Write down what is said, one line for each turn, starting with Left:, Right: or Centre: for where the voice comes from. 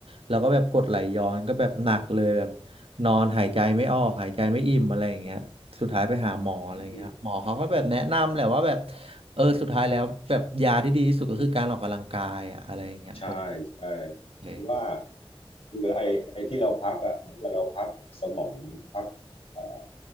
Right: แล้วก็แบบกรดไหลย้อนก็แบบหนักเลยแบบ นอนหายใจไม่ออกหายใจไม่อิ่มอะไรอย่างเงี้ยสุดท้ายไปหาหมออะไรอย่างเงี้ยหมอเขาก็แบบแนะนำแหละว่าแบบ
Left: อืม
Right: เออสุดท้ายแล้วแบบยาที่ดีที่สุดก็คือการออกกำลังกายอะอะไรอย่างเงี้ยผม
Left: ใช่ใช่
Right: โอเค
Left: เพราะว่าคือไอ้ไอ้ที่เราพักอ่ะเหมือนกับเราพักสมองพักเอ่อ